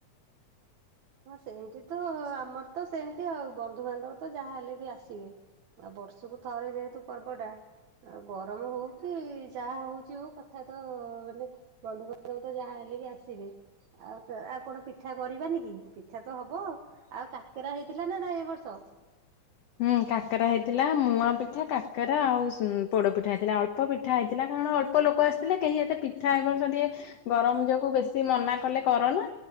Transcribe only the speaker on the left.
ହୁଁ କାକେରା ହେଇଥିଲା ମୁଁଆ ପିଠା କାକେରା ଆଉ ପୋଡପିଠା ହେଇଥିଲା ଅଳ୍ପ ପିଠା ହେଇଥିଲା କାରଣ ଅଳ ଅଳ୍ପ ଲୋକ ଆସିଥିଲେ କେହି ଏତେ ପିଠା ଏ ବର୍ଷ ଟିକେ ଗରମ ଯୋଗକୁ ବେଶୀ ମନା କଲେ କରନା।